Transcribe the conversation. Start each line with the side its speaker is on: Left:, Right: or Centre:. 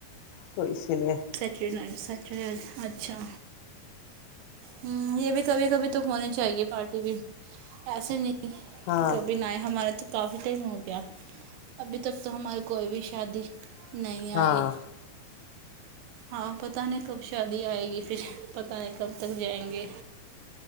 Left: تو اسی لیے
Right: <unintelligible> سچ اچھا ہم یہ بھی کبھی کبھی تو ہونی چاہیے پارٹی بھی ایسے نہیں
Left: ہاں
Right: کہ کبھی ناے ہمارے تو کافی ٹائم ہو گیا ابھی تک تو ہماری کوئی بھی شادی نہیں
Left: ہاں
Right: آئی ہاں پتا نہیں کب شادی آئے گی پھر پتا نہیں کب تک جائیں گے